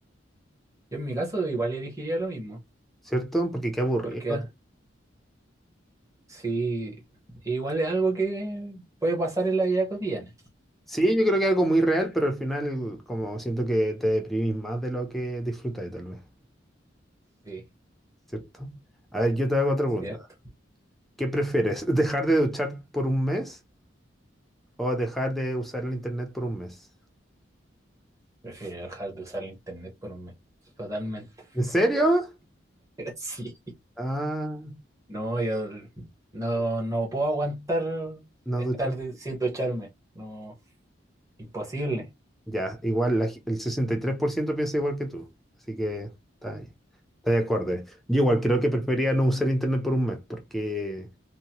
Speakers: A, on the right; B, in the centre.
A: Yo en mi caso igual elegiría lo mismo,
B: ¿Cierto? Porque qué aburrido.
A: porque ah, sí, igual es algo que puede pasar en la vida cotidiana.
B: Sí, yo creo que es algo muy real, pero al final como siento que te deprimís más de lo que disfrutáis tal vez,
A: Sí,
B: ¿cierto? A ver, yo te hago otra
A: cierto.
B: pregunta. ¿Qué prefieres? <laughs> ¿Dejar de duchar por un mes o dejar de usar el internet por un mes?
A: Prefiero dejar de usar el internet por un mes. Totalmente. <laughs>
B: ¿En serio?
A: Sí.
B: Ah,
A: No, yo no, no puedo aguantar
B: no
A: estar
B: duchar.
A: de- sin ducharme. No, Imposible.
B: Ya, igual la g- el 63% piensa igual que tú, así que está ahí, está de acuerdo. Yo igual creo que preferiría no usar internet por un mes, porque